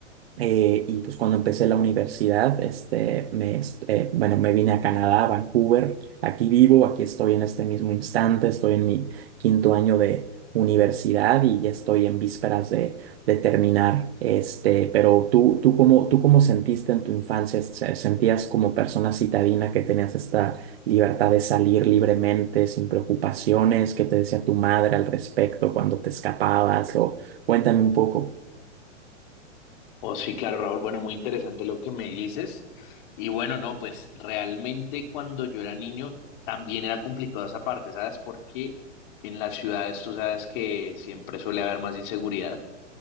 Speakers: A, on the right; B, on the left.
A: eh, y pues cuando empecé la universidad, este, me, est- eh, bueno, me vine a Canadá, a Vancouver, aquí vivo, aquí estoy en este mismo instante, estoy en mi quinto año de universidad y ya estoy en vísperas de, de terminar, este, pero tú, tú cómo, tú cómo sentiste en tu infancia, Se- sentías como persona citadina que tenías esta libertad de salir libremente, sin preocupaciones, ¿qué te decía tu madre al respecto cuando te escapabas? O cuéntame un poco,
B: Oh, sí, claro, Raúl. Bueno, muy interesante lo que me dices. Y bueno, no, pues realmente cuando yo era niño también era complicado esa parte, ¿sabes? Porque en las ciudades tú sabes que siempre suele haber más inseguridad.